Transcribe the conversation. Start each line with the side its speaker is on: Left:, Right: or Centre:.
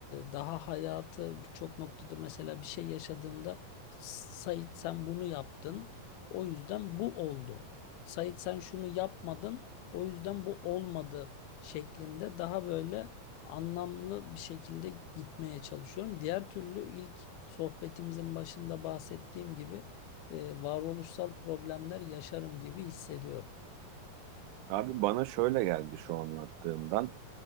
Left: daha hayatı birçok noktada mesela bir şey yaşadığında Sait sen bunu yaptın, o yüzden bu oldu. Sait sen şunu yapmadın, o yüzden bu olmadı şeklinde daha böyle anlamlı bir şekilde gitmeye çalışıyorum. Diğer türlü ilk sohbetimizin başında bahsettiğim gibi e, varoluşsal problemler yaşarım gibi hissediyorum.
Right: Abi bana şöyle geldi şu anlattığından.